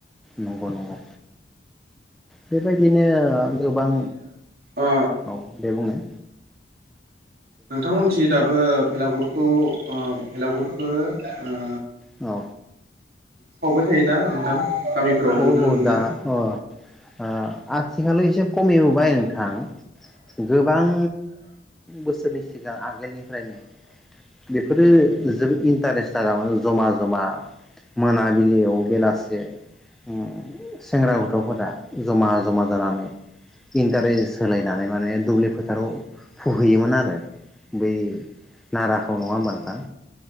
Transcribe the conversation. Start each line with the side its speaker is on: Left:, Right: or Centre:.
Centre: नंगौ नंगौ बेबायदिनो ओ गोबां
Right: ओ अ
Centre: औ बे बुंनाय।
Right: नोंथांमोनथिं दाबो भेलागुरखौ ओ भेलागुरखौ ओ
Centre: औ
Right: सावबाय थायोना नोंथां गामिफोराव नुनो
Centre: अ अ
Right: मोनोना
Centre: दा अ दा आथिखालै एसे खमिबोय नोंथां गोबां बोसोरनि सिगां आगोलनिफ्रायनो बेफोरो जोबोद इन्टारेस्ट लाामोन जमा जमा मोनाबिलियाव बेलासे अ सेंग्रा गथ'फोरा जमा जमा जानानै इन्टारेस्ट होलायनानै माने दुब्लि फोथाराव फुहैयोमोन आरो बै नाराखौ नङा होनबा नोंथां